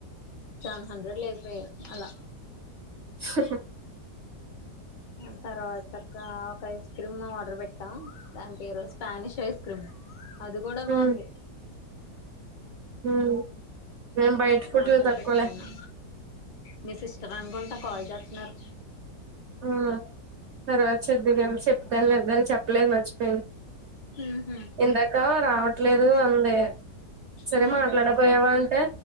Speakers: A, on the left (about 80°); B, on the right (about 55°).
A: సెవెన్ హండ్రెడ్ లేకపోయాయి ఉ అలా
B: హా హు
A: ఆ తర్వాత ఒక ఒక ఐస్ క్రీమ్ ఆర్డర్ పెట్టాం దాని పేరు వస్ తానిష్ ఐస్ క్రీమ్ అది కూడా బాగుంది
B: ఉమ్ ఉమ్ నేను బయట ఫుడ్లు
A: ఆర్డర్
B: తక్కువలే
A: పెట్టుకున్నా మీ సిస్టర్ అనుకుంటా కాల్ చేస్తున్నారు
B: ఉ తర్వాత చెప్పుదువు గాని చెప్తానులే దానికి చెప్పలేదు మర్చిపోయిన
A: ఉహు
B: ఇందాక రావట్లేదు అంది సరే
A: ఉహు
B: మాట్లాడపోయావా అంటే